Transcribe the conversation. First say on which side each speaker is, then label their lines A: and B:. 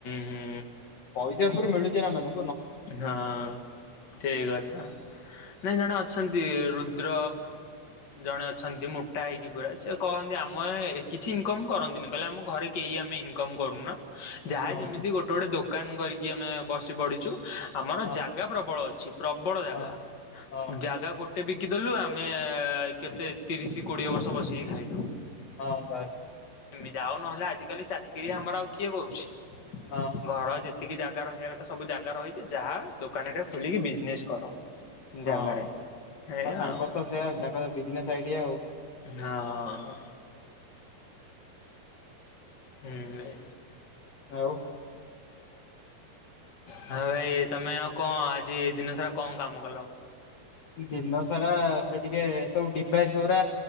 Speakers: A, on the left (about 35°); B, on the left (about 55°).
A: ହୁଁ
B: ପଇସା ଉପରେ ମିଳୁଛି ଏମାନଙ୍କୁ।
A: ହଁ ଠିକ୍ କଥା। ନାଇଁ ଜଣ ଅ ଅଛନ୍ତି, ରୁଦ୍ର ଜଣେ ଅଛନ୍ତି, ମୋଟା ହେଇକି ପରା ।ସେ କହନ୍ତି ଆମେ କିଛି ଇନକମ୍ କରନ୍ତିନି। କହିଲେ ଆମ ଘରେ କେହି ଆମେ ଇନକମ୍ କରୁନା। ଜାହା
B: ହଁ
A: ଯେମିତି ଗୋଟେ, ଗୋଟେ ଦୋକାନ କରିକି ଆମେ ବସି ପଢିଛୁ। ଆମର
B: ହଁ
A: ଜାଗା ପ୍ରବଳ ଅଛି ।ପ୍ରବଳ ଜାଗା,
B: ହଁ ହଁ।
A: ଜାଗା ଗୋଟେ ବି ଆଙ୍କି ଦେଲୁ ଆମେ, କେତେ ତିରିଶ କୋଡ଼ିଏ ବର୍ଷ ବସିକି ଖାଇଲୁ।
B: ହଁ ବାସ୍।
A: ଯାଉ ନହେଲେ, ଆଜିକାଲି ଚାକିରି ଆମର ଆଉ, କିଏ କରୁଛି?
B: ହଁ
A: ଘର ଯେତେ ଯେତିକି ଜାଗା ରହିବା କଥା ସବୁ ଜାଗା ରହିଛି ।ଯାହା ଦୋକାନଟେ ଖୋଲିକି ବିଜନେସ୍ କର।
B: ହଁ
A: ଜାଗାରେ। ହେ
B: ତାଙ୍କର
A: ଆଉ।
B: ତ ସେୟା ତାଙ୍କର ବିଜନେସ ଆଇଡିଆ ଆଉ।
A: ହଁ। ହୁଁ ଏ।
B: ଆଉ।
A: ହଁ ଭାଇ, ତମେ ଆଉ କଁ ଆଜି ଦିନ ସାରା କାମ କଲ?
B: ଦିନ ଷାରା, ସେ ଟିକେ ସବୁ ଡିଭାଇସ ଗୁରା